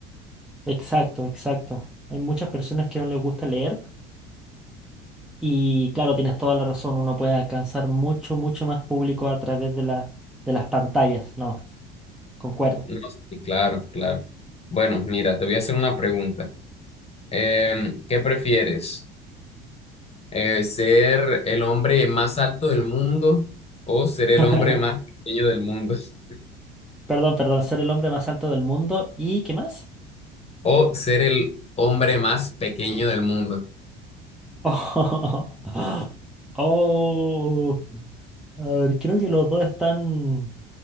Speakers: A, in the centre; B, on the left.
A: Exacto, exacto. Hay muchas personas que no les gusta leer y claro, tienes toda la razón, uno puede alcanzar mucho, mucho más público a través de la, de las pantallas, no, concuerdo.
B: No, sí, claro, claro. Bueno, mira, te voy a hacer una pregunta. Em, ¿qué prefieres? Eh, ¿ser el hombre más alto del mundo o ser
A: <laughs>
B: el hombre más pequeño del mundo? <laughs>
A: Perdón, perdón, ser el hombre más alto del mundo y ¿qué más?
B: O ser el hombre más pequeño del mundo.
A: <laughs> Oh, A ver, creo que los dos están...